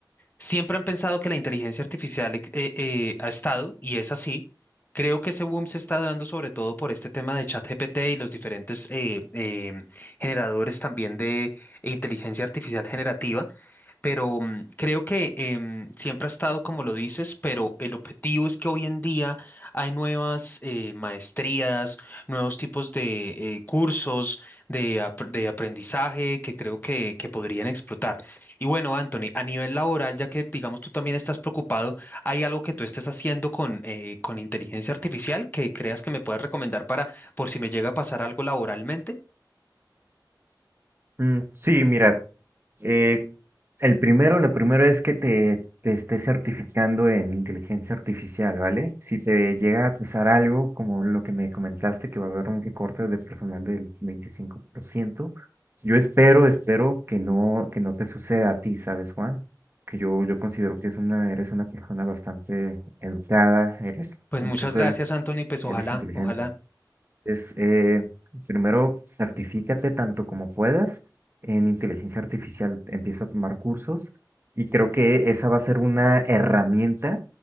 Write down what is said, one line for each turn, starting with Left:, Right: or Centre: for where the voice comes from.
Left: Siempre han pensado que la inteligencia artificial eh, eh, ha estado, y es así. Creo que ese boom se está dando sobre todo por este tema de ChatGPT y los diferentes eh, eh, generadores también de inteligencia artificial generativa pero mm, creo que em, siempre ha estado como lo dices, pero el objetivo es que hoy en día hay nuevas eh, maestrías, nuevos tipos de eh, cursos de, ap- de aprendizaje que creo que, que podrían explotar. Y bueno, Anthony, a nivel laboral, ya que digamos tú también estás preocupado, ¿hay algo que tú estés haciendo con, eh, con inteligencia artificial que creas que me puedas recomendar para por si me llega a pasar algo laboralmente?
Right: Mm, sí, mira, eh, el primero, lo primero es que te, te estés certificando en inteligencia artificial, ¿vale? Si te llega a pasar algo, como lo que me comentaste, que va a haber un recorte de personal del 25%, yo espero, espero que no, que no te suceda a ti, ¿sabes, Juan? Que yo, yo considero que es una, eres una persona bastante educada, eres,
Left: Pues
Right: incluso
Left: muchas gracias,
Right: eres,
Left: Anthony, pues
Right: eres
Left: ojalá,
Right: inteligente
Left: ojalá.
Right: es eh, primero, certifícate tanto como puedas en inteligencia artificial, empieza a tomar cursos y creo que esa va a ser una herramienta,